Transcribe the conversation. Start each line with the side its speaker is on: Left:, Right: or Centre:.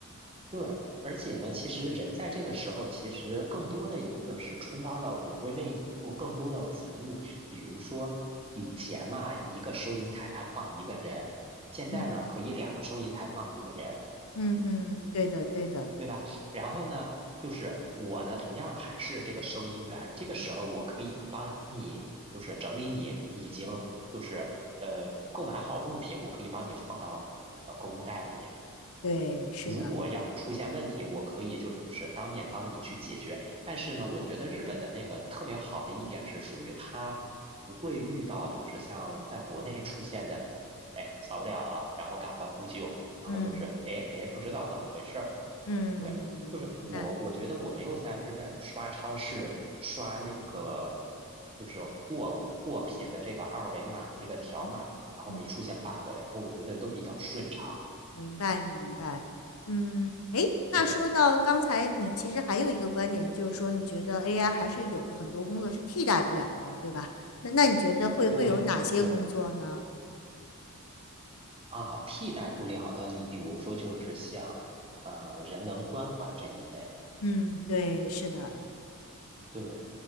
Right: 对，而且呢，其实人在这个时候，其实更多的一个是充当了我会为你做更多的服务，比如说以前嘛，一个收银台它放一个人，现在呢可以两个收银台放一个人。
Left: 嗯嗯嗯，对的对的，
Right: 对吧？然后呢，就是我呢，同样还是这个收银员，这个时候我可以帮你，就是整理你已经就是呃购买好物品，我可以帮你放到那个购物袋里面。
Left: 对，是的，
Right: 如果要是出现问题，我可以就是当面帮你去解决。但是呢，我觉得日本的那个特别好的一点是属于它不会遇到就是像在国内出现的，哎，扫不了了，然后赶快呼救，然后就是哎哎不知道怎么回事儿。
Left: 嗯嗯，
Right: 对，就是我，
Left: 明白，
Right: 我觉得我没有在日本刷超市刷那个，就是货货品的这个二维码这个条码，
Left: 嗯
Right: 然后没出现
Left: 嗯。
Right: bug，然后我觉得都比较顺畅。
Left: 明白，明白。嗯，诶，那说到刚才你其实还有一个观点，
Right: 对
Left: 就是说你觉得 AI 还是有很多工作是替代不了的，对吧？那那你觉得会会有哪些工作呢？
Right: 对对，啊，替代不了的，你比如说就是像呃人文关怀这一类。
Left: 嗯，对，是的，
Right: 对，